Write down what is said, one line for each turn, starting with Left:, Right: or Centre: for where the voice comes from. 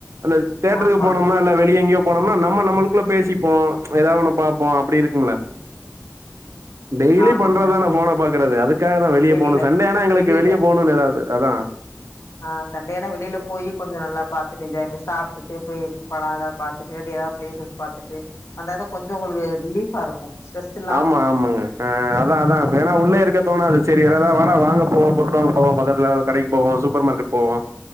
Right: அந்த தேட்ருக்கு
Left: ஆமா
Right: போனோம்னா இல்ல வெளிய எங்கேயோ போனோம்னா நம்ம நம்மளுக்குள்ள பேசிப்போ ஏதா ஒன்ன பாப்போ அப்டி இருக்கும்ல டெய்லி
Left: ஆமாங்க
Right: பண்றதுதான ஃபோன பாக்றது அதுக் காக தா வெளிய
Left: வெளில
Right: போணு சண்டேயானா எங்களுக்கு
Left: வெளில
Right: வெளியே போனுன் ஏதாவுது அதா
Left: ஆ சண்டேயானா வெளில போய் கொஞ்சோ நல்லா பாத்துட்டு என்ஜாய் இப்ப சாப்ட்டுட்டு போய் படோ ஏதாவ பாத்துட்டு அப்டியே எதாவ பிளேசஸ் பாத்துட்டு அந்தாத கொஞ்சோ ஒங்களுக்கு ரிலீஃபா இருக் கு ஸ்ட்ரெஸ் இல்
Right: ஆமா ஆமாங்க அ அதா அதா ஏன்னா உள்ளயே இருக்க தோணாது செரி எதாத வாடா வாங்க போவோ பொருள் வாங்க போவோ பக்கத்துல கடைக்கு போவோ சூப்பர்மார்கெட் போவோ